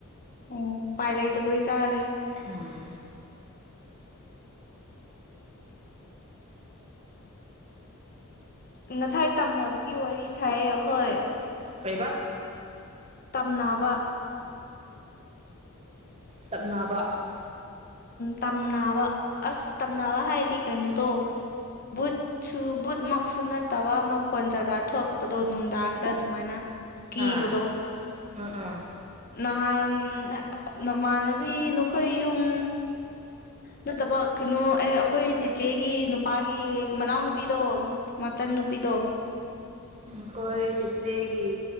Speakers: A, on the left; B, on the right.
A: ꯎꯝ ꯄꯥꯏꯔ ꯏꯗꯦ ꯄ ꯆꯥꯔꯦ
B: ꯎꯝ
A: ꯉꯁꯥꯏ ꯇꯝꯅꯕꯒꯤ ꯋꯥꯔꯤ ꯁꯥꯏꯌꯦ ꯑꯩꯈꯣꯏ
B: ꯀꯩꯕꯥ
A: ꯇꯝꯅꯕ
B: ꯇꯞꯅꯕ
A: ꯇꯝꯅꯕ ꯑꯁ ꯇꯝꯅꯕ ꯍꯥꯏꯗꯤ ꯀꯩꯅꯣꯗꯣ ꯕꯨꯠ ꯁꯨ ꯕꯨꯠꯃꯛꯁꯨ ꯅꯠꯇꯕ ꯃꯈꯣꯟ ꯖꯥꯖ ꯊꯣꯛꯄꯗꯣ ꯅꯨꯡꯗꯥꯡꯗ ꯑꯗꯨꯃꯥꯏꯅ ꯀꯕꯨꯕꯗꯣ
B: ꯑꯥ ꯎꯝ ꯎꯝ
A: ꯅꯍꯥꯟ ꯅꯃꯥꯟꯅꯕꯤ ꯅꯈꯣꯏ ꯌꯨꯝ ꯅꯠꯇꯕ ꯀꯩꯅꯣ ꯑꯦ ꯑꯩꯈꯣꯏ ꯆꯦꯆꯦꯒꯤ ꯅꯨꯄꯥꯒꯤ ꯃꯅꯥꯎꯅꯨꯄꯤꯗꯣ ꯃꯆꯟ ꯅꯨꯄꯤꯗꯣ
B: ꯑꯩꯈꯣꯏ ꯆꯤꯆꯦꯒꯤ